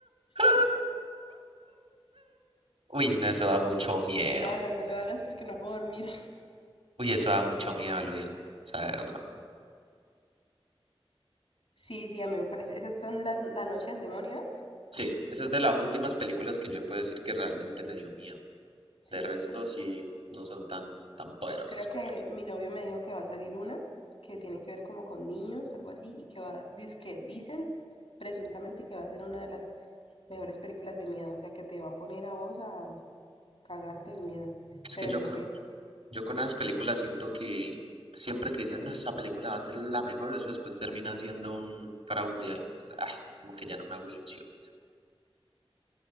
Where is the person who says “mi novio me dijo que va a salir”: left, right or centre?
Left